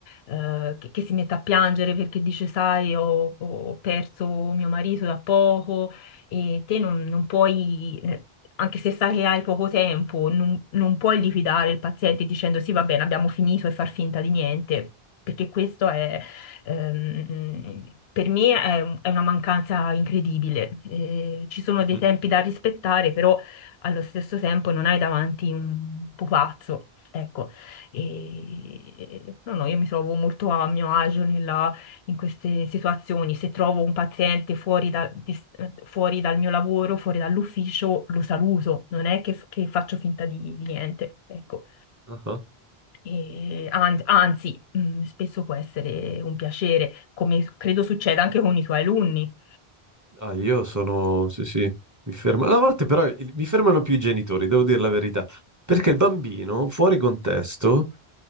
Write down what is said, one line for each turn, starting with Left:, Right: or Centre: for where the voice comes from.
Left: eh, che, che si mette a piangere perché dice, sai, ho, ho perso mio marito da poco, e te non, non puoi, eh, anche se sai che hai poco tempo, non, non puoi liquidare il paziente dicendo sì, va bene, abbiamo finito e far finta di niente, perché questo è, ehm, per me è, un- è una mancanza incredibile. Eh, ci sono
Right: Mhm.
Left: dei tempi da rispettare, però allo stesso tempo non hai davanti un pupazzo. Ecco, e... no, no, io mi trovo molto a mio agio nella in queste situazioni. Se trovo un paziente fuori, da- dis- fuori dal mio lavoro, fuori dall'ufficio, lo saluto, non è che, che faccio finta di, di niente, ecco.
Right: Ah ah.
Left: E an- anzi, mh, spesso può essere un piacere, come credo succeda anche con i tuoi alunni.
Right: Ah, io sono... Sì, sì, mi fermo. A volte però il- mi fermano più i genitori, devo dire la verità, perché il bambino, fuori contesto,